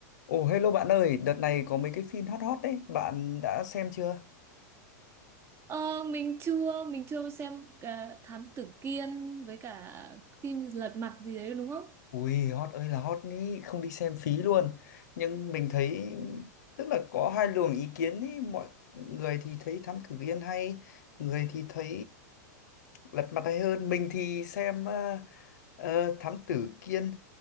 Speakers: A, on the left; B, on the right.
A: Ồ hello bạn ơi, đợt này có mấy cái phim hot hot đấy, bạn đã xem chưa?
B: Ờ, mình chưa mình chưa xem cả Thám Tử Kiên với cả phim Lật Mặt gì đấy đúng không?
A: Ui hot ơi là hot ý, không đi xem phí luôn. Nhưng mình thấy tức là có hai luồng ý kiến ý, mọi người thì thấy Thám Tử Kiên hay, người thì thấy Lật Mặt hay hơn. Mình thì xem ờ, ờ, Thám Tử Kiên,